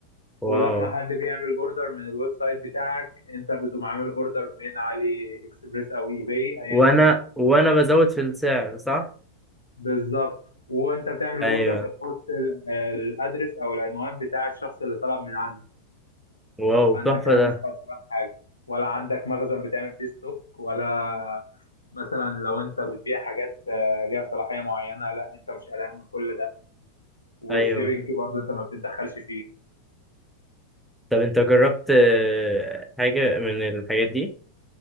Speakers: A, on the left; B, in the centre.
A: ولما
B: واو
A: حد بيعمل اوردر من الويب سايت بتاعك انت بتقوم عامل اوردر من علي اكسبريس او اي باي ايا
B: وانا
A: كان
B: وانا بزود في السعر صح
A: بالظبط وانت بتعمل اوردر
B: ايوه
A: بتحط الادرس او العنوان بتاع الشخص اللي طلب من عندك
B: واو
A: فانت
B: تحفة
A: كده
B: ده
A: مش خسران حاجه ولا عندك مخزن بتعمل فيه ستوك ولا مثلا لو انت بتبيع حاجات آه، ليها صلاحيه معينه لا انت مش قلقان من كل ده والشيبنج
B: ايوه
A: برضه انت ما بتتدخلش فيه
B: طب انت جربت آه، حاجة من الحاجات دي